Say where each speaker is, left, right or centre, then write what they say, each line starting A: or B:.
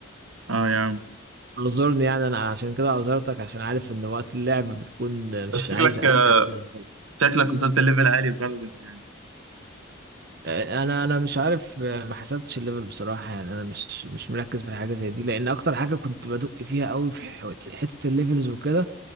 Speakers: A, on the right; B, on the right.
A: اه يا عم
B: اعذرني يعني انا عشان كده عذرتك عشان عارف ان وقت اللعب بتكون مش
A: بس
B: عايز
A: شكلك
B: اي
A: آه،
B: حد يظبط
A: شكلك وصلت ليفل عالي في فالورنت يعني
B: انا انا مش عارف آه، ما حسبتش الليفل بصراحه يعني انا مش مش مركز في الحاجه زي دي لان اكتر حاجه كنت بدق فيها قوي في ح- حته الليفلز وكده